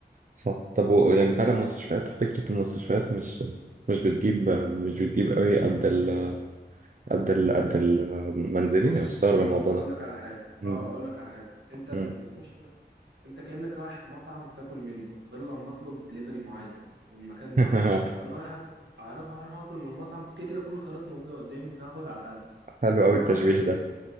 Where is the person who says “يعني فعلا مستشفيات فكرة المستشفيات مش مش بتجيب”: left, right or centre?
Right